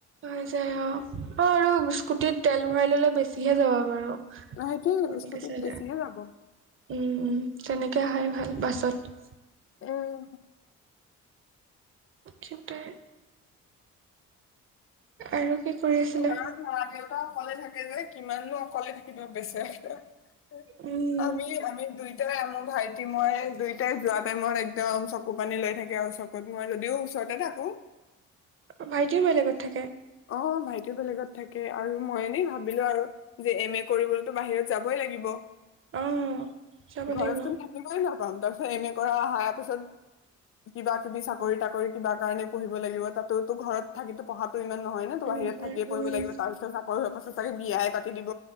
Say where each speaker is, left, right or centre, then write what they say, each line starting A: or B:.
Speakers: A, on the right (about 45°); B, on the left (about 45°).
A: হৈ যায় অ'। অ' আৰু স্কুটিত তেল ভৰাই ল'লে বেছিহে যাবা বাৰু। তেনেকে
B: সেইটোয়ে স্কুটিত
A: চালে।
B: বেছিহে
A: উম
B: যাব
A: - উম, তেনেকে আহাই ভাল বাছত।
B: উম।
A: কিন্তু আৰু কি কৰি আছিলে
B: ঘৰত মা-দেউতা অকলে থাকে যে, কিমাননো অকলে থাকিবা বেচেৰা <unintelligible>
A: উম
B: আমি - আমি দুই টাই মোৰ ভাইটি ময়ে দুইটাই যোৱা টাইমত একদম চকুপানী লৈ থাকে আৰু চকুত। মই যদিও ওচ ৰতে থাকোঁ।
A: ভাইটিও বেলেগত থাকে?
B: অ' ভাইটিও বেলেগত থাকে আৰু মই এনেই ভাবিলোঁ আৰু, যে এম এ কৰিবলৈতো বাহিৰত যাবই লাগিব।
A: অ যাব
B: ঘৰত
A: লাগিব
B: চোন থাকিবই ৰম। তাৰপিছত এম এ কৰা আহাৰ পিছত কিবা কিবি চাকৰি তাকৰি কিবা কাৰণে পঢ়িব লাগিব তাতোতো ঘৰত থাকি পঢ়াতো ইমান নহয় ন তো বাহিৰত
A: নহয়
B: থাকিয়ে পঢ়িব
A: উম
B: লাগিব। তাৰপিছত চাকৰি হোৱাৰ পাছত তাকে বিয়াই পাতি দিব